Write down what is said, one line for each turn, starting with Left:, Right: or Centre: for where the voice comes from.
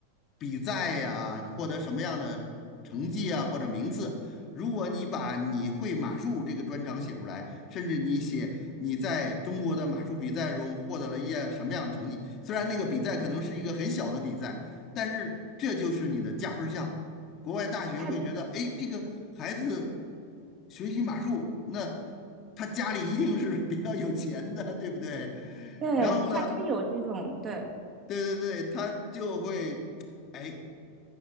Left: 比赛呀，获得什么样的成绩啊，或者名次。如果你把你会马术这个专长写出来，甚至你写你在中国的马术比赛中获得了一些什么样的成绩，虽然那个比赛可能是一个很小的比赛，但是这就是你的加分项。国外大学会觉得，
Right: 哎，
Left: 哎，这个孩子学习马术，那他家里一定是比较有钱的，对不对？
Right: 对，
Left: 然后呢，
Right: 他他有这种对。
Left: 对对对，他就会，哎，